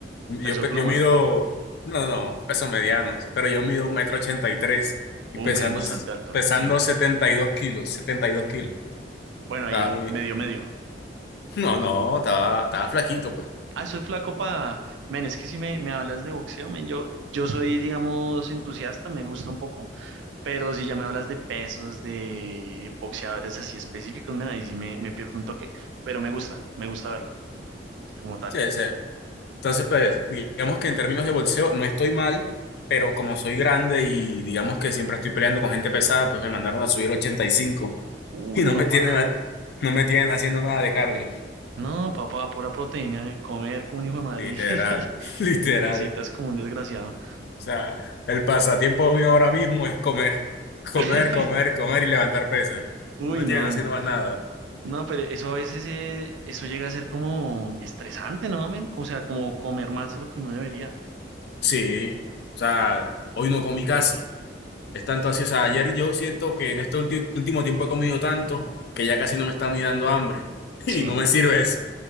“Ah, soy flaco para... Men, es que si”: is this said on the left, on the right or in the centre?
Right